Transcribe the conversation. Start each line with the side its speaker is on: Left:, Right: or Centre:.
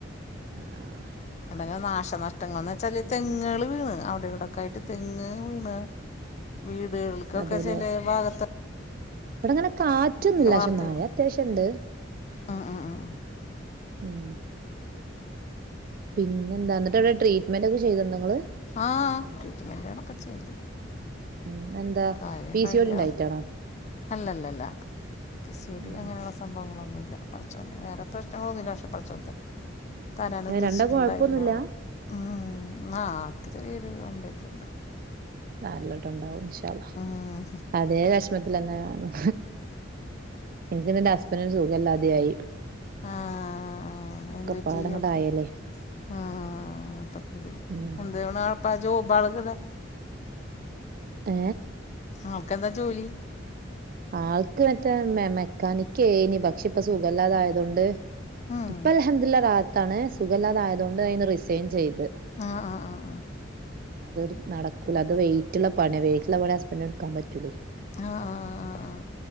Right: ആഹ് ആഹ്
Left: എണ്ടെങ്കിലും നാശനഷ്ടങ്ങൾന്ന് ചെലെ തെങ്ങുകൾ വീണ് അവിടെ ഇവിടെക്കെ ആയിട്ട് തെങ്ങ് വീണ് വീടുകൾ ക്കൊക്കെ
Right: അതെല്ലേ
Left: ചെലെ ഭാഗത്ത്
Right: ഇവിടെങ്ങനെ കാറ്റൊന്നുംല്ല പക്ഷെ
Left: വാർത്തകൾ
Right: മഴ അത്യാവശ്യണ്ട്
Left: ഉം ഉം ഉം
Right: ഉം പിന്നെന്താന്നിട്ടെവ്ടെ ട്രീറ്റ്മെന്റൊക്കെ ചെയ്ത് ണ്ടോ ങ്ങള്
Left: ആ ട്രീറ്റ്മെന്റെളൊക്കെ ചെയ്തു
Right: ഉം എന്താ
Left: കാര്യണ്ടായില്ല
Right: പി സി ഒ ഡി ണ്ടായ്റ്റാണോ
Left: അല്ലല്ലല്ല പി സി ഒ ഡി
Right: ഉം
Left: അങ്ങനെവസ്‌ സംഭവങ്ങളൊന്നുല്ല പട്‌ച്ചോൻ വേറെ പ്രശ്നങ്ങളൊന്നു ഇല്ല പക്ഷേ പട്‌ച്ചോൻ ത തരാനുദ്ദേശിച്ചിട്ടുണ്ടാവില്ല
Right: രണ്ടാക്കും കൊഴപ്പൊന്നുല്ല
Left: മ് മ് ആ ആൾക്ക് ചെറിയൊരു കംപ്ലൈൻറ്ണ്ട്
Right: <unintelligible> അള്ളാഹ്
Left: ഉം
Right: അതേ വെഷ്മത്ത്ലന്നെ ഞാനും ഇൻ പിന്നെന്റെ ഹസബന്റിന് സുഖംല്ലാതെയായി
Left: ആഹ് ആഹ് ആഹ് ആഹ് ആഹ് ആ എന്ത്
Right: ഒക്കപ്പാടങ്ങട്ടായല്ലേ
Left: പറ്റി ആൾക്ക് ആ ആ ആ അപ്പക്കുടി
Right: ഉം
Left: <unintelligible> ആ ജോബാള്ങ്ങനെ
Right: ഏ
Left: ആക്കെന്താ ജോലി
Right: ആൾക്ക് മറ്റേ മെ മെക്കാനിക്കേയ്ന് പക് പക്ഷെ ഇപ്പ സുഖല്ലാതായതോണ്ട്
Left: ഉം
Right: പ്പ അൽഹംദുല്ലാ റാഹത്താണ് സുഖല്ലാതായതോ ണ്ടയ്ന്ന് റിസൈൻ ചെയ്ത്
Left: ആഹ് ആഹ് ആഹ്
Right: അത്ട്‌ നടക്കൂല അത് വെയ്റ്റ്ള്ള പണി വെയ്റ്റ്ള്ള പണി ഹസ്പെൻഡ്ന് ടുക്കാൻ പറ്റൂലേയ്
Left: ആഹ് ആഹ് ആഹ് ആഹ് ആഹ്